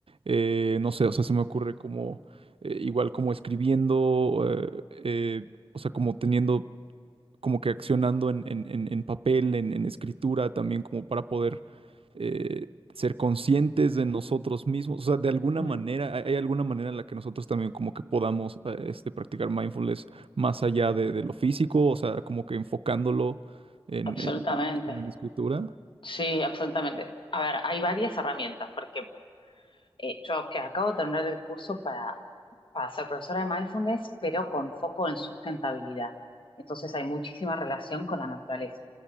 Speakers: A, on the right; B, on the left.
A: eh, no sé, o sea, se me ocurre como, eh, igual como escribiendo, eh, eh, o sea, como teniendo como que accionando en, en- en- en papel, en, en escritura, también como para poder eh, ser conscientes de nosotros mismos. O sea, de alguna
B: Mm,
A: manera, hay, hay alguna manera en la que nosotros también como que podamos eh, este, practicar mindfulness más allá de, de lo físico, o sea, como que enfocándolo en,
B: absolutamente.
A: en, en la escritura.
B: Sí, absolutamente. A ver, hay varias herramientas, porque eh, yo que acabo de terminar el curso para, para ser profesora de mindfulness, pero con foco en sustentabilidad. Entonces hay muchísima relación con la naturaleza.